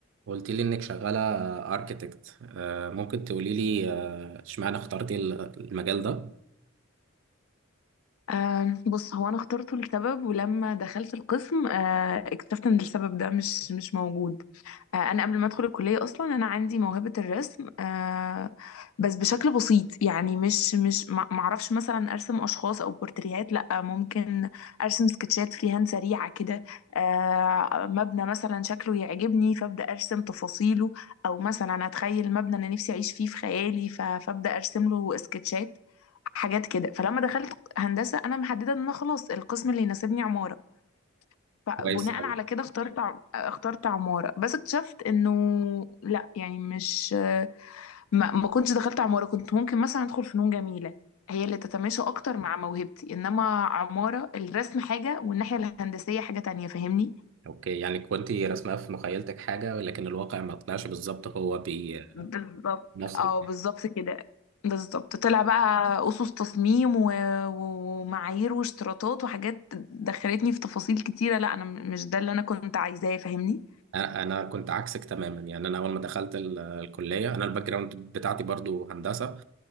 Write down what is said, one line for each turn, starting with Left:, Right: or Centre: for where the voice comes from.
Right: قلت لي انك شغاله اركيتكت ممكن تقولي لي آه، اشمعنى اخترتي ال- المجال ده
Left: آه بص هو انا اخترته لسبب ولما دخلت القسم آه اكتشفت ان السبب ده مش مش موجود آه، انا قبل ما ادخل الكليه اصلا انا عندي موهبه الرسم آه، بس بشكل بسيط يعني مش مش ما ما اعرفش مثلا ارسم اشخاص او بورتريهات لا ممكن ارسم سكتشات فري هاند سريعه كده آه، مبنى مثلا شكله يعجبني فابدا ارسم تفاصيله او مثلا اتخيل مبنى انا نفسي اعيش فيه في خيالي ف- فابدا ارسم له سكتشات حاجات كده فلما دخلت هندسه انا محدده ان انا خلاص القسم اللي يناسبني عماره فبناء
Right: كويس أوي.
Left: على كده اخترت ع- اخترت عمارة بس اكتشفت انه لا يعني مش ما, ما كنتش دخلت عمارة كنت ممكن مثلا ادخل فنون جميلة هي اللي تتماشى اكتر مع موهبتي انما عمارة الرسم حاجة والناحية الهندسية حاجة تانية فاهمني
Right: اوكي يعني كنت رسمها في مخيلتك حاجه ولكن الواقع ما طلعش بالظبط هو بنفس
Left: بالظبط
Right: الاثنين
Left: اه بالظبط كده بالظبط طلع بقى اسس تصميم و... و- ومعايير واشتراطات وحاجات دخلتني في تفاصيل كتيرة لا انا م- مش ده اللي انا كنت عايزاه فاهمني
Right: انا أنا كنت عكسك تماما يعني انا اول ما دخلت ال- الكليه انا الباك جراوند بتاعتي برضو هندسه